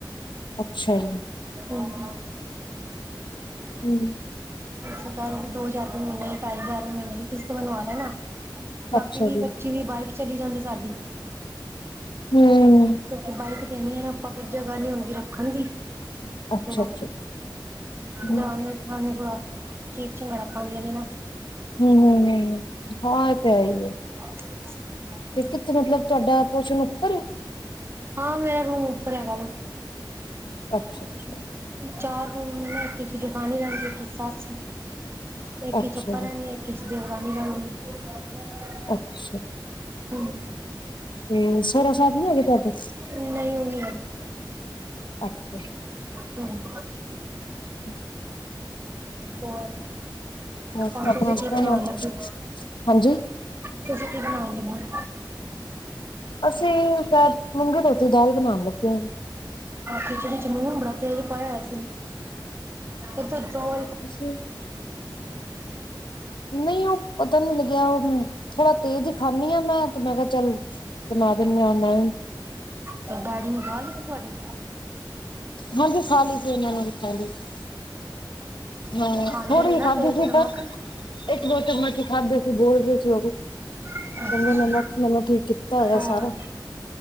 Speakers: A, on the left (about 75°); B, on the right (about 30°).
A: ਅੱਛਾ ਜੀ।
B: ਹਮ ਅ।
A: ਹਮਮ।
B: ਸਰਕਾਰ ਦੋ ਹਜ਼ਾਰ ਰੁਪਏ ਮਹੀਨੇ ਢਾਈ ਹਜ਼ਾਰ ਰਪਏ ਮਹੀਨੇ ਦੀ ਕਿਸ਼ਤ ਭਰਵਾ ਲੈਣਾ, ਬਾਕੀ
A: ਅੱਛਾ
B: ਦੀ
A: ਜੀ,
B: ਪੱਚੀ। ਇਹ ਬਾਈਕ ਚਲੀ ਜਾਂਦੀ ਸਾਡੀ।
A: ਹਮ
B: ਕਿਉਂਕਿ ਬਾਈਕ ਦੇਣੀ ਏ ਆਪਾਂ, ਫਿਰ ਜਗ੍ਹਾ ਨਹੀਂ ਹੁੰਦੀ ਰੱਖਣ ਦੀ,
A: ਅੱਛਾ,
B: ਫਿਰ
A: ਅੱਛਾ। ਹੂੰ।
B: ਦਰਾਣੀਆਂ, ਜੇਠਾਣੀਆਂ ਥੋੜਾ ਚੀਕ ਚਿੰਗਾੜਾ ਪਾਉਦੀਆਂ ਨੇ ਨਾ
A: ਹਮ -ਹਮ -ਹਮ, ਹਾਂ ਇਹ ਤੇ ਹੇੈ ਏ
B: <inaudible>
A: ਤੇ ਕਿੱਥੇ, ਮਤਲਬ ਤੁਹਾਡਾ ਪੋਸ਼ਣ ਉੱਪਰ ਏ
B: ਹਾਂ, ਮੇਰਾ ਰੂਮ ਉੱਪਰ ਹੈਗਾ ਵੇ
A: ਅੱਛਾ, ਅੱਛਾ
B: ਚਾਰ ਰੂਮ ਨੇ ਨਾ, ਇੱਕ ਇਚ ਜਠਾਣੀ ਰਹਿੰਦੀ, ਇੱਕ 'ਚ ਸੱਸ ਇੱਕ
A: ਅੱਛਾ
B: ਇਚ ਆਂਪਾ
A: ਜੀ,
B: ਰਹਿੰਦੇ ਆਂ ਇਕ ਇਚ ਦੇਵਰਾਨੀ ਰਹਿੰਦੀ ਏ
A: ਅੱਛਾ
B: ਹਮ,
A: ਤੇ ਸੋਹਰਾ ਸਾਹਿਬ ਨੀ ਹੈਗੇ ਤੁਹਾਡੇ?
B: ਨਹੀਂ ਉਹ ਨਹੀਂ ਹੈਗੇ
A: ਅੱਛਾ ਜੀ
B: ਹਮ
A: <inaudible>
B: ਹੋਰ,
A: ਹੋਰ
B: ਹੁਣ
A: ਤੁਹਾਡਾ
B: ਤੁਸੀਂ
A: ਹਸਬੈਂਡ?
B: ਕੀ ਬਣਾਉਣ ਲੱਗੇ
A: ਹਾਂਜੀ
B: ਤੁਸੀਂ ਕਿ ਬਣਾਉਣ ਲਗੇ
A: ਅਸੀਂ ਸਾਇਦ ਮੂੰਗੀ ਧੋਤੀ ਦਾਲ ਬਣਾਉਣ ਲੱਗੇ ਹਾਂ ਜੀ
B: ਖਿਚੜੀ 'ਚ ਲੂਣ ਬੜਾ ਤੇਜ਼ ਪਾਇਆ ਹੋਇਆ ਸੀ, ਅੱਛਾ, ਅੱਛਾ ਓ
A: ਅੱਛਾ ਜੀ ਨਹੀਂ ਉਹ ਪਤਾ ਨੀ ਲੱਗਿਆ, ਉਹ ਥੋੜਾ ਤੇਜ ਖਾਂਦੀ ਆ, ਮੈਂ ਤੇ ਮੈਂ ਕਿਹਾ ਚੱਲ ਬਣਾ ਦਿੰਦੇ ਆ ਏ ਹੁਣ
B: ਤੇ ਡੈਡੀ ਨੇ ਖਾ ਲਿੱਤੀ ਤੁਹਾਡੇ
A: ਹਾਂਜੀ ਖਾ ਲਈ ਸੀ ਉਨਾਂ ਨੇ ਵੀ, ਖਾ ਲਈ ਸੀ ਮੈ,
B: ਖਾਂਦੇ
A: ਥੋੜੀ
B: ਨੇ
A: ਜੀ
B: ਨਾ
A: ਖਾਧੀ
B: ਤੇਜ਼
A: ਸੀ
B: ਨਮਕ।
A: ਪਰ ਇੱਕ ਦੋ ਚਮਚ ਹੀ ਖਾਦੇੇ ਸੀ, ਬੋਲ ਰਹੀ ਸੀ ਉਹ ਵੀ ਕਹਿੰਦੇ
B: ਅੱਛਾ,
A: ਨਮਕ, ਨਮਕ ਹੀ ਕੀਤਾ ਹੋਇਆ
B: ਹੋਰ
A: ਸਾਰਾ